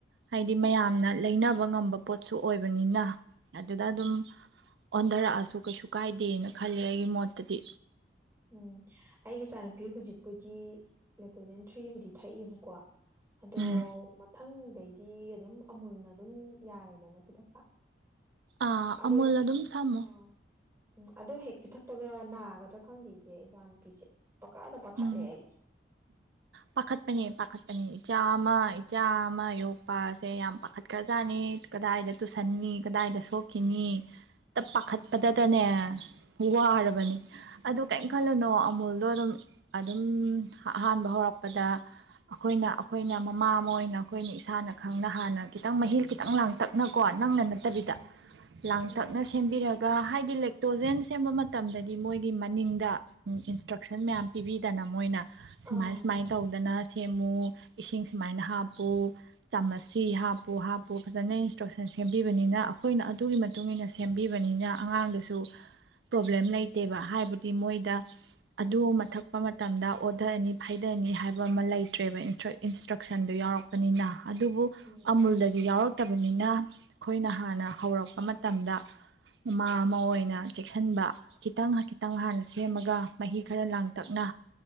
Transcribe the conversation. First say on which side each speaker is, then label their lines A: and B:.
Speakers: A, on the right (about 75°); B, on the right (about 15°).
A: ꯍꯥꯏꯗꯤ ꯃꯌꯥꯝꯅ ꯂꯩꯅꯕ ꯉꯝꯕ ꯄꯣꯠꯁꯨ ꯑꯣꯏꯕꯅꯤꯅ ꯑꯗꯨꯗ
B: ꯎꯝ
A: ꯑꯗꯨꯝ ꯑꯣꯟꯊꯔꯛꯑꯁꯨ ꯀꯩꯁꯨ ꯀꯥꯏꯗꯦꯅ ꯈꯜꯂꯦ ꯑꯩꯒꯤ ꯃꯣꯠꯇꯗꯤ
B: ꯎꯝ ꯑꯩꯒꯤ ꯏꯆꯥꯅꯨꯄꯤ ꯍꯧꯖꯤꯛꯄꯨꯗꯤ ꯂꯦꯛꯇꯣꯖꯦꯟ ꯊ꯭ꯔꯤꯕꯨꯗꯤ ꯊꯛꯏꯕꯀꯣ ꯑꯗꯣ
A: ꯎꯝ
B: ꯃꯊꯪ ꯑꯗꯩꯗꯤ ꯑꯗꯨꯝ ꯑꯃꯨꯜꯅ ꯑꯗꯨꯝ ꯌꯥꯔꯦꯅꯅ ꯄꯤꯊꯛꯄ
A: ꯑꯥ
B: ꯑꯗꯣ
A: ꯑꯃꯨꯜ ꯑꯗꯨꯝ ꯁꯝꯃꯨ
B: ꯑꯥ ꯎꯝ ꯑꯗꯣ ꯍꯦꯛ ꯄꯤꯊꯛꯄꯒ ꯅꯥꯒꯗ꯭ꯔꯥ ꯈꯪꯗꯦ ꯏꯆꯦ ꯏꯆꯥꯅꯨꯨꯄꯤꯁꯦ ꯄꯪꯄꯥꯗ ꯄꯥꯈꯠꯂꯦ
A: ꯎꯝ
B: ꯑꯩ
A: ꯄꯥꯈꯠꯄꯅꯦ ꯄꯥꯈꯠꯄꯅꯤ ꯏꯆꯥ ꯑꯃ ꯏꯆꯥ ꯑꯃ ꯌꯣꯛꯄꯁꯦ ꯌꯥꯝ ꯄꯥꯈꯠꯈ꯭ꯔꯖꯥꯠꯅꯤ ꯀꯗꯥꯏꯗ ꯇꯨꯁꯟꯅꯤ ꯀꯗꯥꯏꯗ ꯁꯣꯛꯈꯤꯅꯤ ꯇꯞ ꯄꯥꯈꯠꯄꯗꯇꯅꯦ ꯋꯥꯔꯕꯅꯤ ꯑꯗꯨ
B: ꯎꯝ
A: ꯀꯔꯤꯝ ꯈꯜꯂꯨꯅꯣ ꯑꯃꯨꯜꯗꯣ ꯑꯗꯨꯝ ꯑꯗꯨꯝ ꯑꯍꯥꯟꯕ ꯍꯧꯔꯛ ꯄꯗ ꯑꯩꯈꯣꯏꯅ ꯑꯩꯈꯣꯏꯅ ꯃꯃꯥ ꯑꯃ ꯑꯣꯏꯅ ꯑꯩꯈꯣꯏꯅ ꯏꯁꯥꯅ ꯈꯪꯅ ꯍꯥꯟꯅ ꯈꯤꯇꯪ ꯃꯍꯤ ꯈꯤꯇꯪ ꯂꯥꯡꯇꯛꯅꯀꯣ ꯅꯪꯅ ꯅꯠꯇꯕꯤꯗ
B: ꯎꯝ
A: ꯂꯥꯡꯇꯛꯅ
B: ꯎꯝ
A: ꯁꯦꯝꯕꯤꯔꯒ ꯍꯥꯏꯗꯤ ꯇꯣꯖꯦꯟ ꯁꯦꯝꯕ ꯃꯇꯝꯗꯗꯤ ꯃꯣꯏꯒꯤ ꯃꯅꯤꯡꯗ ꯏꯟꯁꯇ꯭ꯔꯛꯁꯟ ꯃꯌꯥꯝ ꯄꯤꯕꯤꯗꯅ ꯃꯣꯏꯅ
B: ꯑꯥ
A: ꯁꯤꯃꯥꯏ ꯁꯨꯃꯥꯏꯅ ꯇꯧꯗꯅ ꯁꯦꯝ ꯃꯨ ꯏꯁꯤꯡ ꯁꯨꯃꯥꯏꯅ ꯍꯥꯞꯄꯨ ꯆꯥꯃꯁꯁꯤ ꯍꯥꯞꯄꯨ ꯍꯥꯞꯄꯨ ꯐꯖꯅ ꯏꯟꯁꯇ꯭ꯔꯛꯁꯟ ꯁꯦꯝꯕꯤꯕꯅꯤꯅ ꯑꯩꯈꯣꯏꯅ ꯑꯗꯨꯒꯤ ꯃꯇꯨꯡ ꯏꯟꯅ ꯁꯦꯝꯕꯤꯕꯅꯤꯅ ꯑꯉꯥꯡꯗꯁꯨ ꯄ꯭ꯔꯣꯕ꯭ꯂꯦꯝ ꯂꯩꯇꯦꯕ ꯍꯥꯏꯕꯗꯤ ꯃꯣꯏꯗ
B: ꯃꯥꯅꯦ ꯃꯥꯅꯦ
A: ꯑꯗꯨ ꯃꯊꯛ ꯃꯇꯝꯗ ꯑꯣꯗꯔ ꯑꯅꯤ ꯍꯥꯏꯗꯅꯤ ꯍꯥꯏꯕ ꯑꯃ ꯂꯩꯇ꯭ꯔꯦꯕ ꯏꯟꯁꯇ꯭ꯔꯛꯁꯟꯗꯨ ꯌꯥꯎꯔꯛꯄꯅꯤꯅ ꯑꯗꯨꯕꯨ
B: ꯎꯝ
A: ꯑꯃꯨꯜꯗꯗꯤ ꯌꯥꯎꯔꯛꯇꯕꯅꯤꯅ ꯑꯩꯈꯣꯏꯅ ꯍꯥꯟꯅ ꯍꯧꯔꯛꯄ ꯃꯇꯝꯗ ꯃꯃꯥ ꯑꯃ ꯑꯣꯏꯅ ꯆꯦꯛꯁꯤꯟꯕ ꯈꯤꯇꯪ ꯈꯤꯇꯪ ꯍꯥꯟꯅ ꯁꯦꯝꯃꯒ ꯃꯍꯤ ꯈꯔ ꯂꯥꯡꯇꯛꯅ